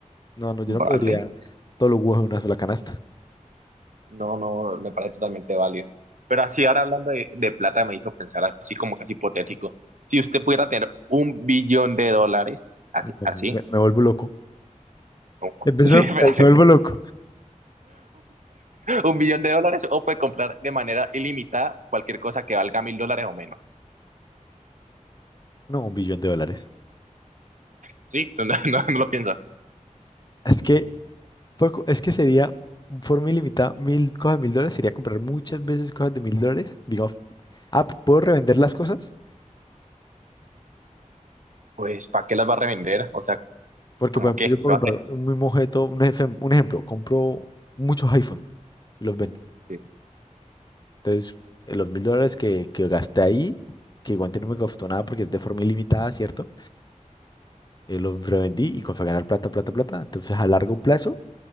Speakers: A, on the left; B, on the right.
A: No, no, yo no
B: Vale.
A: podría todos los huevos en una sola canasta.
B: No, no, me parece totalmente válido. Pero así ahora hablando de, de plata me hizo pensar así como casi hipotético. Si usted pudiera tener un billón de dólares, así,
A: No,
B: así.
A: me, me vuelvo loco.
B: no.
A: Empezó
B: <laughs> Sí, espérate.
A: por ahí, me vuelvo loco.
B: un billón de dólares o puede comprar de manera ilimitada cualquier cosa que valga mil dólares o menos.
A: No, un billón de dólares.
B: Sí, <laughs> no, no, no lo piensa.
A: Es que, poco- es que sería, forma ilimitada, mil cosas de mil dólares, sería comprar muchas veces cosas de mil dólares. Digo, ah, ¿puedo revender las cosas?
B: Pues, ¿para qué las va a revender? O sea,
A: Porque,
B: ¿cómo
A: por ejemplo,
B: qué?
A: yo
B: ¿Qué
A: puedo
B: va a
A: comprar
B: revender?
A: un mismo objeto, un, ejem- un ejemplo, compro muchos iPhones y los vendo.
B: Sí,
A: Entonces, eh, los mil dólares que, que gasté ahí, que igual no me costó nada porque es de forma ilimitada, ¿cierto? Eh, los revendí y comencé a ganar plata, plata, plata. Entonces, a largo plazo,